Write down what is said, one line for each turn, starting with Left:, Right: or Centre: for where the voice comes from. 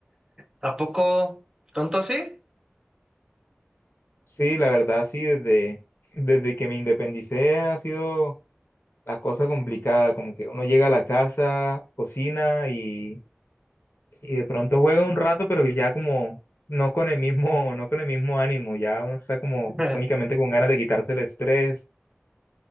Right: ¿tampoco? ¿Tonto así?
Left: Sí, la verdad, sí, desde, desde que me independicé ha sido la cosa complicada, como que uno llega a la casa, cocina y, y de pronto juega un rato, pero ya como no con el mismo, <laughs> no con el mismo ánimo, ya uno está como
Right: <laughs>
Left: únicamente con ganas de quitarse el estrés